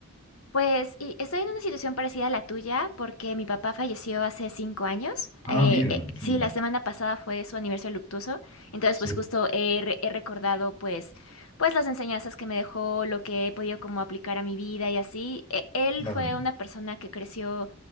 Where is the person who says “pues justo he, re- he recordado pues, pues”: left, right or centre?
Left